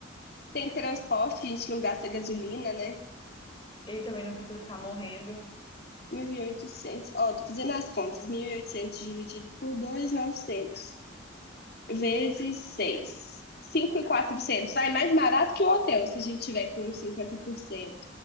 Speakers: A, on the left (about 50°); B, on the left (about 25°).
A: Tem transporte, a gente não gasta gasolina, né?
B: E também não precisa ficar morrendo.
A: 1.800. ó, tô fazendo as contas, 1.800 dividido por dois, mil e novecentos vezes seis. Cinco mil e quatrocentos. sai mais barato que o hotel, se a gente tiver com 50%